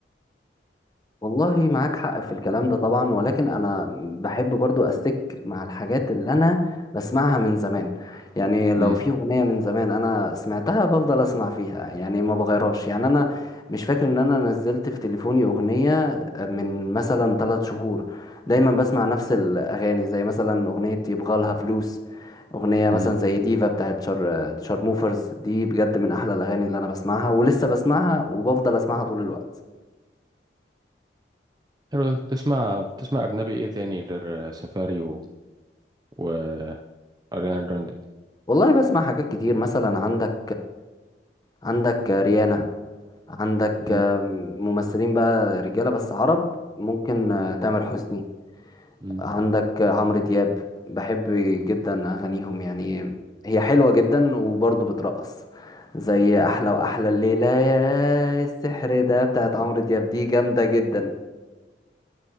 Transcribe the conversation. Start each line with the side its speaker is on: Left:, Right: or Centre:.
Left: والله معاك حق في الكلام ده طبعا ولكن انا بحب برضو استك مع الحاجات اللي انا بسمعها من زمان يعني لو
Right: امم
Left: في اغنية من زمان انا سمعتها بفضل اسمع فيها يعني ما بغيرهاش يعني انا مش فاكر ان انا نزلت في تليفوني اغنية من مثلا ثلاث شهور دايما بسمع نفس الاغاني زي مثلا اغنية يبغالها فلوس اغنية مثلا
Right: امم
Left: زي ديفا بتاعت شار شارموفرز دي بجد من احلى الاغاني اللي انا بسمعها ولسه بسمعها وبفضل اسمعها طول الوقت
Right: حلو انت بتسمع بتسمع اجنبي ايه تاني غير سفاري و... و... اريانا جراندي
Left: والله بسمع حاجات كتير مثلا عندك عندك ريانا عندك
Right: امم
Left: ممثلين بقى رجالة بس عرب ممكن آه، تامر حسني
Right: امم
Left: عندك عمرو دياب بحب جدا أغانيهم يعني هي حلوة جدا وبرضه بترقص زي أحلى وأحلى الليلة يا السحر ده بتاعت عمرو دياب دي جامدة جدا